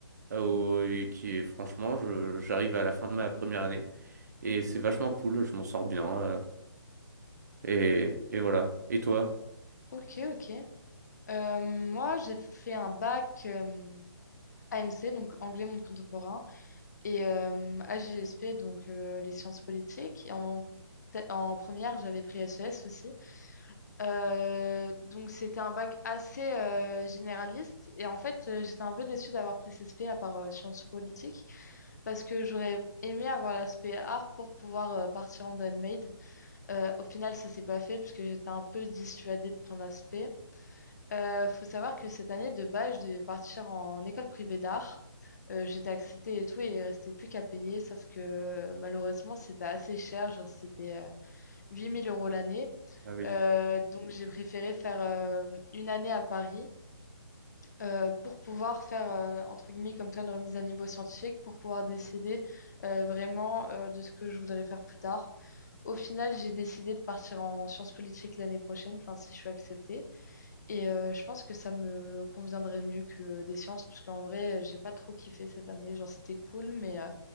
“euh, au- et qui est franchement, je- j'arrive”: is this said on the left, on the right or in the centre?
Right